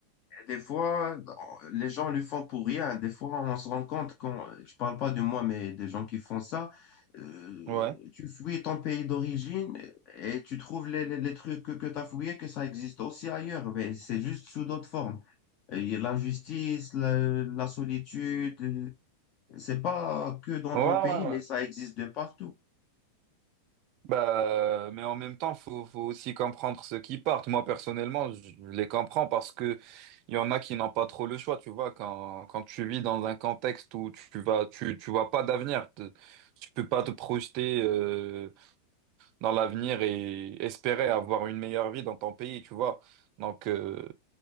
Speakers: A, on the left; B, on the right.
A: Des fois, les gens le font pour rien. Des fois, on se rend compte quand, je parle pas de moi, mais des gens qui font ça, euh,
B: Ouais.
A: tu fouilles ton pays d'origine et tu trouves les, les- les trucs que, tu as fouillés, que ça existe aussi ailleurs, mais c'est juste sous d'autres formes. Et L'injustice, la, la solitude, euh, c'est pas que dans
B: Ouais,
A: ton
B: ouais,
A: pays, mais
B: ouais.
A: ça existe de partout.
B: Bah, mais en même temps, faut, faut aussi comprendre ceux qui partent. Moi, personnellement, je les comprends parce que il y en a qui n'ont pas trop le choix. Tu vois, quand, quand tu vis dans un contexte où tu vas, tu, tu vois pas d'avenir, te- tu peux pas te projeter. euh, dans l'avenir et espérer avoir une meilleure vie dans ton pays, tu vois. Donc, euh,